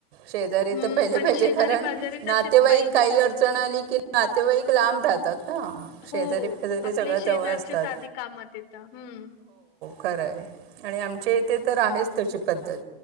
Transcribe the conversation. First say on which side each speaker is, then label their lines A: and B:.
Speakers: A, on the right (about 75°); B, on the left (about 55°).
A: शेजारी
B: हम्म
A: तर पहिले
B: आणि
A: पाहिजे
B: शेजारी
A: कारण
B: पाजारी
A: नातेवाईक
B: तसेच पाहिजे.
A: काही अडचण आली की ना नातेवाईक लांब राहतात. ना शेजारी
B: हो
A: पेजारी
B: आपले
A: सगळं
B: शेजारचेच
A: जवळ असतात
B: आधी कामात येत हम्म.
A: खरय आणि आमचे इथे तर आहेच तशी पद्धत